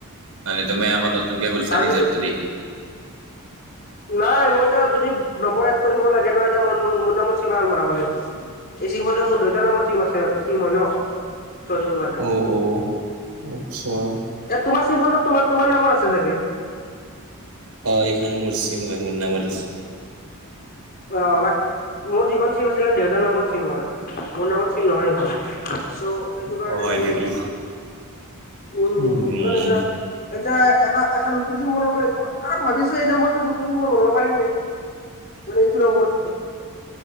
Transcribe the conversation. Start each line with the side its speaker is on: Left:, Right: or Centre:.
Right: মানে তুমি আকৌ নতুনকে খলছা
Left: আৰু
Right: নিজৰ
Left: সেইটো
Right: টো দি।
Left: নাই মই এতিয়া যদি নম্বৰ এত কৰিব লাগে ন এতিয়া ম মোৰ নামৰ চিমা বনাব লাগিব এই চিমখনতো মোৰ দেউতাৰ নামত চিম আছে চিম হয় ন চ সেইটো কাৰণে
Right: অ অ আচ্ছা
Left: এ তোমাৰ চিমখনৰ তুমা তোমাৰ নাম্বাৰ আছে ছাগে
Right: অ এইখন মোৰ চিম হয় মোৰ নামত আছে
Left: অ বাট মোৰ যিখন চিম আছিলে সেইখন দেউতাৰ নামত চিম হয় মোৰ নামত চিম নহয় সেইখন চ' সেইটো কাৰণে
Right: অ হয়
Left: মই
Right: নেকি
Left: উ
Right: উম
Left: উ ইমান এটা এতিয়া এটা এখন নতুন চিম বনাব লাগিব আৰু ভাবিছো এই নম্বৰটোত নতুন চিম বনাব পাৰিম নেকি? এইটো নম্বৰ